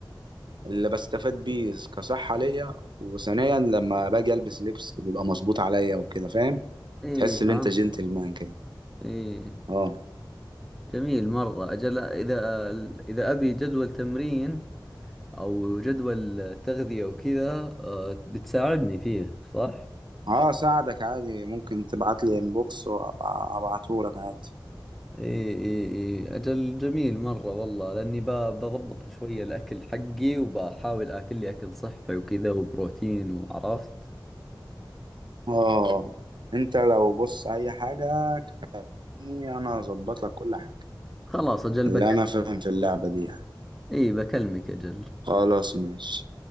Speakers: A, on the right; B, in the centre.
A: اللي بستفاد بيه كصحة ليا وثانيا لما باجي البس لبس بيبقى مظبوط عليا وكده فاهم
B: إيه
A: تحس
B: فهمتك
A: ان انت جنتلمان كده
B: إيه
A: اه
B: جميل مرة أجل إذا إذا أبي جدول تمرين أو جدول تغذية وكذا آه، بتساعدني فيه صح؟
A: اه اساعدك عادي ممكن تبعت لي انبوكس وابعته لك عادي
B: إيه إيه إيه أجل جميل مرة والله لأني ب- بضبط شوية الأكل حقي وبحاول آكل لي أكل صحي وكذا وبروتين وعرفت
A: اه انت لو بص اي حاجة كني انا اظبط لك كل حاجة
B: خلاص أجل
A: اللي
B: بكلمك
A: انا فاهم في اللعبة دي يعني
B: إيه بكلمك أجل
A: خلاص ماشي